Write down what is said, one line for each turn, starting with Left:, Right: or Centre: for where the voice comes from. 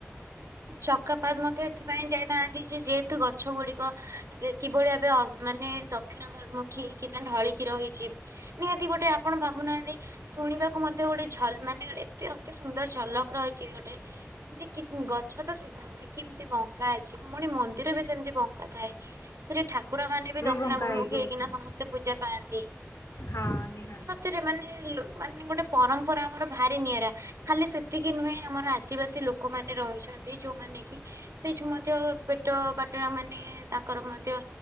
Right: ଚକାପାତ ମଧ୍ୟ ଏଥିପାଇଁ ଯାଇଥାନ୍ତି ଯେ ଯେହେତୁ ଗଛ ଗଛ ଗୁଡ଼ିକ କିଭଳି ଭାବେ ମାନେ ଦକ୍ଷିଣମୁଖୀ ହେଇକିନା ଢଳିକି ରହିଛି ନିହାତି ଗୋଟେ ଆପଣ ଭାବୁନାହାଁନ୍ତି ଶୁଣିବାକୁ ମଧ୍ୟ ଗୋଟେ ଝଲ ମାନେ ଏତେ ଅତି ସୁନ୍ଦର ଝଲକ୍ ରହିଛି ଗୋଟେ ଯେ ଗଛ ତ ସିଧା ହୁଏ କେମତି ବଙ୍କା ଅଛି ପୁଣି ମନ୍ଦିର ଭିତ ଯେମିତି ବଙ୍କା ଥାଏ ସେଠାରେ ଠାକୁର ମାନେ ବି ଦକ୍ଷିଣାଭିମୁଖି
Left: ବଙ୍କା ହେଇକି
Right: ହେଇକିନା
Left: ଅଛନ୍ତି
Right: ସମସ୍ତେ ପୂଜା ପାଆନ୍ତି।
Left: ହଁ ନିହାତି
Right: ସତରେ ମାନେ ଲୁ ମାନେ ଗୋଟେ ପରମ୍ପରା ଆମର ଭାରି ନିଆରା। ଖାଲି ସେତିକି ନୁହେଁ ଆମର ଆଦିବାସୀ ଲୋକମାନେ ରହିଛନ୍ତି। ଯୋଉମାନେ କି ସେଇଠୁ ମଧ୍ୟ ପେଟ ପାଟ ପାଟଣା ମାନେ ତାଙ୍କର ମଧ୍ୟ